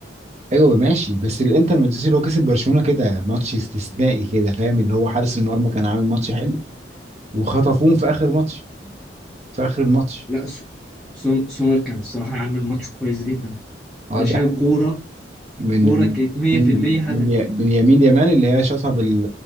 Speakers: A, on the right; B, in the centre.
A: ايوه ماشي بس الانتر مانchester اللي هو كسب برشلونه كده ماتش استثنائي كده فاهم اللي هو حارس المرمى كان عامل ماتش حلو وخطفوهم في اخر ماتش في اخر الماتش
B: لا سو- سو- سومر كان الصراحة عامل ماتش كويس جدا
A: اه
B: ده شال
A: ده
B: كورة
A: من
B: كورة
A: من
B: كانت 100%
A: من من,
B: هدف
A: ي- من يمين يمان اللي هي شاطها بال